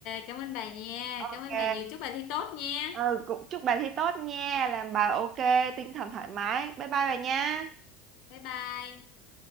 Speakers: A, on the left; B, on the right.
A: cảm ơn bà nha
B: ok
A: cảm ơn bà nhiều chúc bà thi tốt nha
B: ừ, cũng chúc bà thi tốt nha làm bài ok tinh thần thoải mái bye bye bà nha
A: bye bye